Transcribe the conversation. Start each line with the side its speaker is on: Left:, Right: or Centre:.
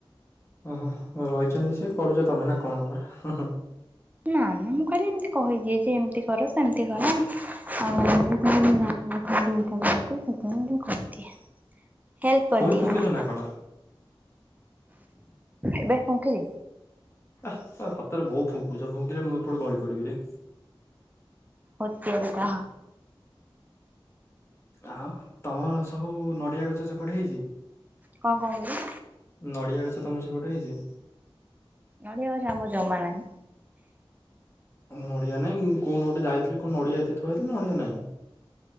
Left: ଓହୋ ରହିଛନ୍ତି ସେ କରୁଛ ତମେ ନା କଣ ବା ହୁଁ ହୁଁ।
Right: ନା ନା ମୁଁ ଖାଲି ଏମିତି କହିଦେଏଯେ ଏମିତି କର ସେମିତି କର। ଆଉ ଏତିକି ଜାଣେ ଖାଲି ଇଟା ଟିକେ ସେ ଟା ଟିକେ କରିଦିଏ। ହେଲ୍ପ କରିଦିଏ
Left: ଫୁଣି ଫୁଙ୍କିଲ
Right: ତାକୁ।
Left: ନା କଣ
Right: ଏବେ କଣଙ୍କି
Left: ଆ ସତରେ ବୋଉ ଫୁଙ୍କୁଛ ଫୁଙ୍କିଲେ ମୁଁ ଏପଟେ ଗଳି ପଡ଼ିବିରେ।
Right: ଅତ୍ୟଧିକା ହଁ।
Left: ଆଉ ତମର ସବୁ ନଡ଼ିଆ ଗଛ ସେପଟେ ହେଇଛି?
Right: କଣ କହୁଥିଲି?
Left: ନଡ଼ିଆ ଗଛ ତମର ସେପଟେ ହେଇଛି?
Right: ନଡ଼ିଆ ଗଛ ଆମର ଜମା ନାହିଁ।
Left: ନଡିଆ ନାଇଁ କୋଉ ଗୋଟେ ଯାଇଥିଲି କଣ ନଡିଆ ଏତେ ଥଆଇଥିଲ ନଡିଆ ନାଇଁ।